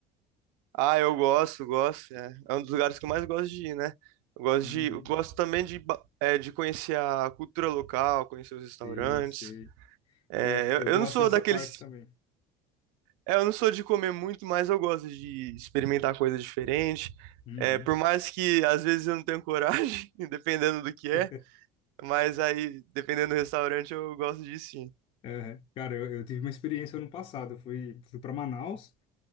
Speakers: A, on the right (about 85°); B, on the left (about 35°).
A: Ah, eu gosto, gosto. É, é um dos lugares que eu mais gosto de ir, né? Eu gosto
B: Uhum.
A: de, eu gosto também de, ba- é, de conhecer a cultura local, conhecer os restaurantes.
B: Sei, sei.
A: É,
B: É, eu
A: eu,
B: gosto
A: eu não sou
B: dessa
A: daqueles
B: parte também.
A: É, eu não sou de comer muito, mas eu gosto de experimentar coisa diferente.
B: Uhum.
A: É, por mais que às vezes eu não tenho coragem, <laughs> dependendo do que é,
B: <laughs>
A: mas aí, dependendo do restaurante, eu gosto de sim.
B: É, cara, eu, eu tive uma experiência ano passado. Eu fui, fui para Manaus